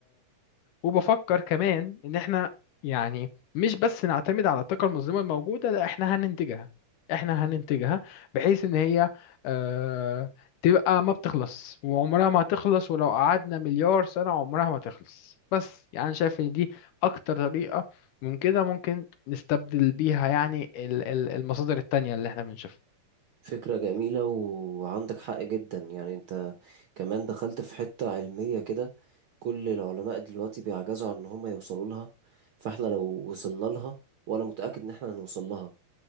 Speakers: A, on the left; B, on the right.
A: وبفكر كمان ان احنا يعني مش بس نعتمد على الطاقة المظلمة الموجودة لا احنا هننتجها احنا هننتجها بحيث ان هي آه تبقى ما بتخلص وعمرها ما هتخلص ولو قعدنا مليار سنة عمرها ما تخلص بس يعني شايف ان دي اكتر طريقة من كده ممكن نستبدل بيها يعني ال- ال- المصادر التانية اللي احنا بنشوفها
B: فكرة جميلة وعندك حق جدا يعني انت كمان دخلت في حتة علمية كده كل العلماء دلوقتي بيعجزوا عن ان هم يوصلوا لها فاحنا لو وصلنا لها وانا متأكد ان احنا هنوصل لها